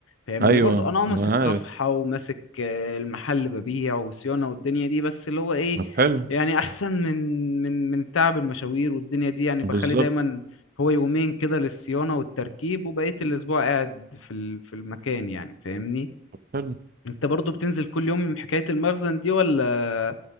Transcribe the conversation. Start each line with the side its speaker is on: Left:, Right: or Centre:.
Left: فاهمني
Right: أيوه
Left: برضو انا اه ماسك
Right: ما أنا
Left: صفحة
Right: عارف
Left: وماسك آه، المحل ببيع وصيانة والدنيا دي بس اللي هو ايه
Right: طب حلو
Left: يعني احسن من من من تعب المشاوير والدنيا دي يعني بخلي
Right: بالظبط
Left: دايما هو يومين كده للصيانة والتركيب وبقية الاسبوع قاعد في ال- في المكان يعني فاهمني
Right: حلو
Left: انت برضو بتنزل كل يوم حكاية المخزن دي ولا